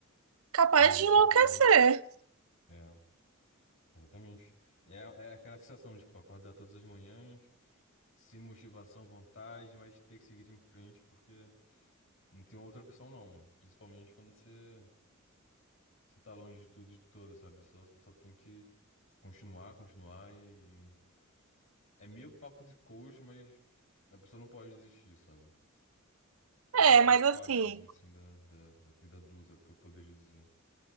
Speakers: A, on the right; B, on the left.
A: capaz
B: não existe
A: de enlouquecer.
B: dia, né? É, exatamente. É, é aquela sensação, tipo, acordar todas as manhãs, sem motivação, vontade, mas ter que seguir em frente, porque Não tem outra opção, não. Principalmente quando você, você tá longe de tudo e de todo, sabe? Só, só tem que continuar, continuar e. É meio papo de coach, mas a pessoa não pode desistir, sabe? Essa
A: É,
B: é a pior
A: mas
B: partezinha,
A: assim.
B: assim, da, da, da vida adulta, que eu poderia dizer.